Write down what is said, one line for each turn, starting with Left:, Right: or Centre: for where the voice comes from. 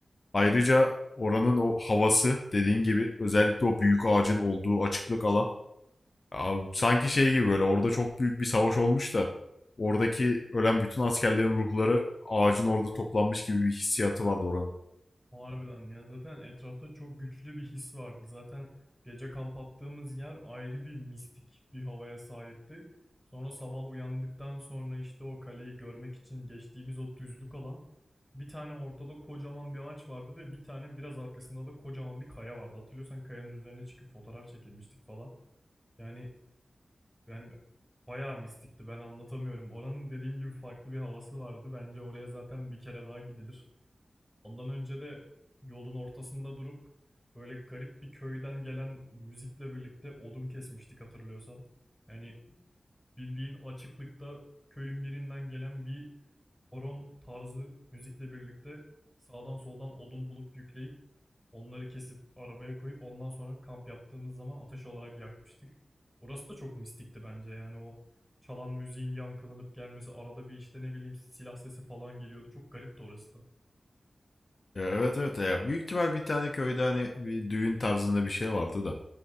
Left: Ayrıca oranın o havası dediğin gibi özellikle o büyük ağacın olduğu açıklık alan Abi, sanki şey gibi böyle orada çok büyük bir savaş olmuş da oradaki ölen bütün askerlerin ruhları ağacın orada toplanmış gibi bir hissiyatı vardı oranın.
Centre: Harbiden ya zaten etrafta çok güçlü bir his vardı. Zaten gece kamp attığımız yer ayrı bir mistik bir havaya sahipti. Sonra sabah uyandıktan sonra işte o kaleyi görmek için geçtiğimiz o düzlük alan bir tane ortada kocaman bir ağaç vardı ve bir tane biraz arkasında da kocaman bir kaya vardı. Hatırlıyorsan kayanın üzerine çıkıp fotoğraf çekilmiştik falan. Yani yani bayağı mistikti ben anlatamıyorum. Oranın dediğim gibi farklı bir havası vardı. Bence oraya zaten bir kere daha gidilir. Ondan önce de yolun ortasında durup böyle garip bir köyden gelen müzikle birlikte odun kesmiştik hatırlıyorsan. Yani bildiğin açıklıkta köyün birinden gelen bir horon tarzı müzikle birlikte sağdan soldan odun bulup yükleyip onları kesip arabaya koyup ondan sonra kamp yaptığımız zaman ateş olarak yakmıştık. Orası da çok mistikti bence yani o çalan müziğin yankılanıp gelmesi arada bir işte ne bileyim silah sesi falan geliyordu. Çok garipti orası da.
Left: Ya, evet evet ya büyük ihtimal bir tane köyde hani bir düğün tarzında bir şey vardı da.